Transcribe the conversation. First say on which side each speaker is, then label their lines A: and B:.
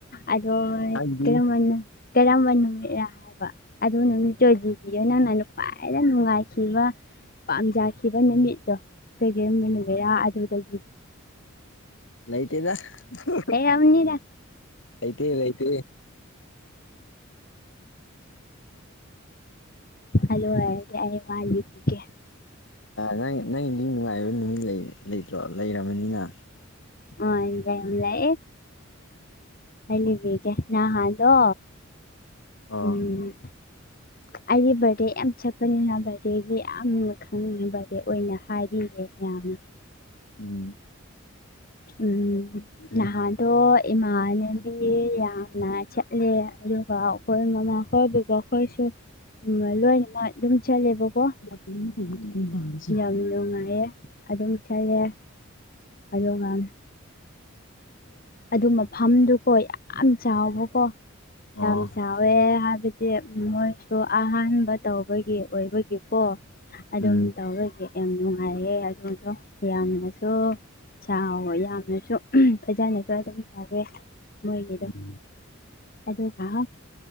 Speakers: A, on the left; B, on the left.
A: ꯑꯗꯣ
B: ꯍꯥꯏꯗꯤ
A: ꯀꯔꯝꯕꯅꯣ ꯀꯔꯝꯕ ꯅꯨꯃꯤꯠ ꯔꯥ ꯍꯥꯏꯕ ꯑꯗꯨ ꯅꯨꯃꯤꯠꯇꯣ ꯗꯤꯕꯤꯌꯣ ꯅꯪꯅ ꯈ꯭ꯋꯥꯏꯗ ꯅꯨꯡꯉꯥꯏꯈꯤꯕ ꯄꯥꯝꯖꯈꯤꯕ ꯅꯨꯃꯤꯠꯇꯣ ꯀꯩꯒꯨꯝꯃꯤꯅꯨꯒꯦꯔꯥ ꯑꯗꯨꯗꯨꯒꯤ
B: ꯂꯩꯇꯦꯗ <unintelligible>
A: ꯔ
B: ꯂꯩꯇꯦ ꯂꯩꯇꯦ
A: ꯍꯜꯂꯣ ꯍꯥꯏꯔꯒꯦ ꯑꯩ ꯋꯥꯂꯤ ꯏꯕꯤꯒꯦ
B: ꯅꯪ ꯅꯪꯒꯤꯗꯤ ꯅꯨꯡꯉꯥꯏꯕ ꯅꯨꯃꯤ ꯂꯩꯇ꯭ꯔꯣ ꯂꯩꯔꯕꯅꯤꯅ
A: ꯑ ꯏ ꯂꯩꯑꯌꯦ ꯑꯜꯂꯤꯕꯤꯒꯦ ꯅꯅꯥ ꯍꯥꯏꯗꯣ
B: ꯑꯣ
A: ꯎꯝ
B: <inaudible>
A: ꯑꯩꯗꯤ ꯕꯥꯔꯗꯦ ꯌꯥꯝ ꯆꯠꯄꯅꯤꯅ ꯕꯥꯔꯗꯦꯒꯤ ꯌꯥꯝ ꯈꯪꯅꯤꯡꯉꯦ ꯕꯥꯔꯗꯦ ꯑꯣꯏꯅ ꯍꯥꯏꯕꯤꯔꯦ ꯌꯥꯝꯅ
B: ꯎꯝ
A: ꯎꯝ
B: ꯎꯝ
A: ꯅꯍꯥꯟ ꯑꯗꯣ ꯏꯃꯥꯟꯅꯕꯤ ꯌꯥꯝꯅ ꯆꯠꯂꯦ ꯑꯗꯨꯒ ꯑꯩꯈꯣꯏ ꯃꯃꯥ ꯈꯣꯏꯕꯒꯣ ꯑꯩꯈꯣꯏꯁꯨ ꯂꯣꯏꯅꯃꯛ ꯑꯗꯨꯝ ꯆꯠꯂꯦꯕꯀꯣ
B: ꯎ ꯀꯣꯏ
A: ꯌꯥꯝ ꯅꯨꯡꯉꯥꯏꯌꯦ ꯑꯗꯨꯝ ꯆꯠꯂꯦ ꯑꯗꯨꯒ
B: ꯎꯝ
A: ꯑꯗꯨ ꯃꯐꯝꯗꯨꯀꯣ ꯌꯥꯝ ꯆꯥꯎꯕꯀꯣ
B: ꯑꯣ
A: ꯌꯥꯝ ꯆꯥꯎꯕ ꯀꯨ ꯑꯦ ꯍꯥꯏꯕꯗꯤ ꯃꯣꯏꯁꯨ ꯑꯍꯥꯟꯕ ꯇꯧꯕꯒꯤ ꯑꯣꯏꯕꯒꯤꯀꯣ ꯑꯗꯨꯝ
B: ꯎꯝ
A: ꯇꯧꯔꯒꯦ ꯌꯥꯝ ꯅꯨꯡꯉꯥꯏꯌꯦ ꯑꯗꯨꯗꯣ ꯌꯥꯝꯅꯁꯨ ꯆꯥꯎꯋ ꯌꯥꯝꯅꯁꯨ ꯐꯖꯅ ꯑꯗꯨ ꯑꯗꯨꯝ ꯇꯧꯋꯦ ꯃꯣꯏꯒꯤꯗꯣ
B: ꯎꯝ
A: ꯑꯗꯨꯒ